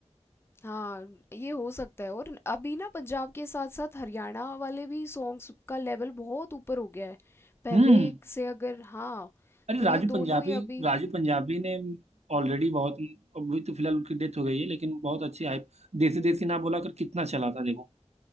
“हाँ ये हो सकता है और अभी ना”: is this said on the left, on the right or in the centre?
Left